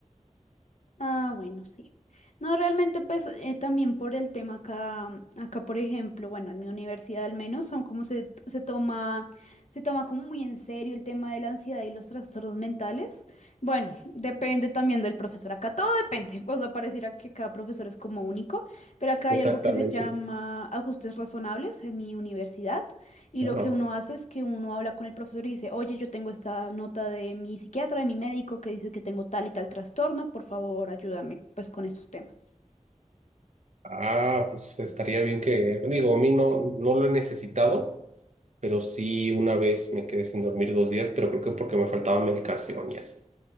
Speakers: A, on the left; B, on the right.
A: Ah, bueno, sí. No, realmente pues eh, también por el tema acá, mm, acá por ejemplo, bueno, en mi universidad al menos, son como se, se toma, se toma como muy en serio el tema de la ansiedad y los trastornos mentales. Bueno, <laughs> depende también del profesor, acá todo depende, <laughs> o sea, pareciera que cada profesor es como único, pero acá
B: <laughs> Exactamente.
A: hay algo que se llama ajustes razonables en mi universidad. Y
B: Ajá.
A: lo que uno hace es que uno habla con el profesor y dice, oye, yo tengo esta nota de mi psiquiatra, de mi médico, que dice que tengo tal y tal trastorno, por favor, ayúdame pues con estos temas.
B: Ah, pues estaría bien que, digo, a mí no, no lo he necesitado, pero sí una vez me quedé sin dormir dos días, pero creo que porque me faltaba medicación y así.